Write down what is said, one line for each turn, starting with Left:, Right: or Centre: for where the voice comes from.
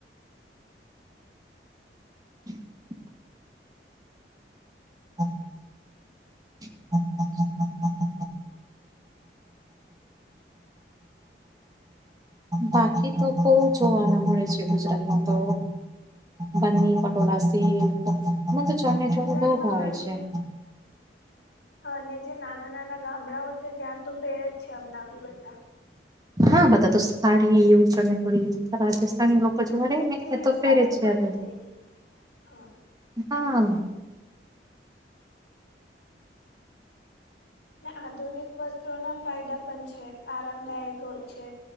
Right: હ <unintelligible> હા <inaudible> <unintelligible> બાકી તો બહુ જોવાના મળે છે ગુજરાતમાં તો બની પટોળ સી મને તો ચરને
Left: ગુજરાતમાં
Right: ચોડ બઉ ભાવ
Left: આજે
Right: છે <unintelligible>
Left: અને જે નાના નાના ગામડાઓ છે ત્યાં તો પેરે જ છે હમણાં ભી બધા
Right: હા બધા તો સાડીવું રાજસ્થાન
Left: હા
Right: છ મારે
Left: સિટી
Right: મે તો
Left: સાઈડ
Right: પેરે છે
Left: બંધ
Right: હવે
Left: થઈ ગઈ હા
Right: હા
Left: ને આધુનિક વસ્ત્રોના ફાયદા પણ છે આરામદાયક હોય છે.